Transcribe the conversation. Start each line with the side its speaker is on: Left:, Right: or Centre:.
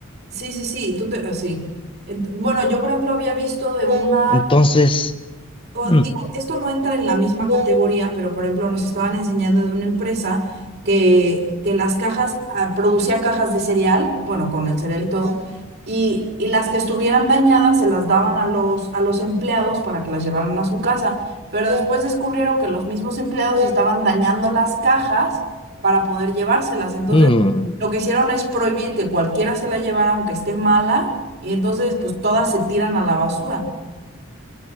Right: Sí, sí, sí, tú te, así. Ent- Bueno, yo por ejemplo había visto de una
Left: Entonces,
Right: o
Left: mm,
Right: digo, esto no entra en la misma categoría, pero por ejemplo nos estaban enseñando de una empresa que, que las cajas, ah, producía cajas de cereal, bueno, con el cereal y todo, y, y las que estuvieran dañadas se las daban a los, a los empleados para que las llevaran a su casa, pero después descubrieron que los mismos empleados estaban dañando las cajas para poder llevárselas. Entonces,
Left: mm,
Right: lo que hicieron es prohibir que cualquiera se la llevara, aunque esté mala, y entonces pues todas se tiran a la basura.